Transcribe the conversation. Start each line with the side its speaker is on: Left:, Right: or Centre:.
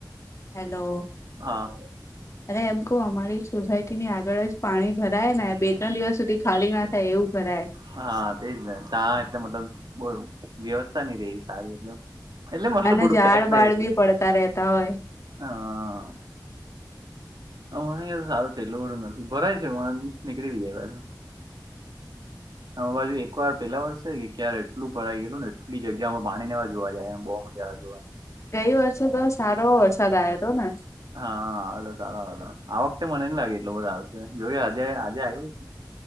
Left: હેલો.
Right: હા
Left: અરે! એમ કઉ અમારી સોસાયટી ની આગળ જ પાણી ભરાય ને, બે-ત્રણ દિવસ સુધી ખાલી ના થાય એવું ભરાય.
Right: હા, તેજ ને તાં એટલે મટલબ કોઈ વ્યવસ્થા ની રે સારી એકદમ. એટલે મતલ
Left: અને
Right: બધું
Left: ઝાડ
Right: પેક રે
Left: બાળ
Right: એટલે.
Left: બી પડતા રહેતા હોય
Right: હાઅ અમાયે સારું છે એટલું બધુ નથી ભરાય છે, પણ નીકળી બી જાય પાછુ. અમાય બાજુ એક વાર પેલા વરસે કે ક્યારે એટલું ભરાઈ ગેલુ ને એટલી જગ્યા માં પાણી નેવા જોવા જાય એમ, બઉ મજા આવે જોવાની.
Left: ગઈ વર્ષે તો સારો વરસાદ આયો તો ને.
Right: હા આવેલો સારા આવેલો આ વખતે મને ની લાગે એલો બધો આવશે. જોયે આજે આજે આયવો જ